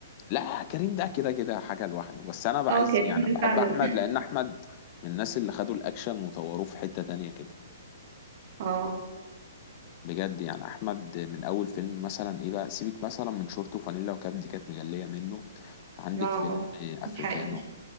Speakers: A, on the left (about 35°); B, on the right (about 50°).
A: لا كريم ده كده كده حاجة لوحده بس أنا بعز
B: اه كريم
A: يعني
B: ده
A: بحب
B: فعلا
A: أحمد لأن أحمد من الناس اللي خدوا الأكشن وطوروه في حتة تانية كده
B: اه
A: بجد يعني أحمد من أول فيلم مثلا إيه بقى سيبك مثلا من شورت وفانيلا وكاب دي كانت مجلية منه عندك
B: اه
A: فيلم أفريكانو
B: ده حقيقي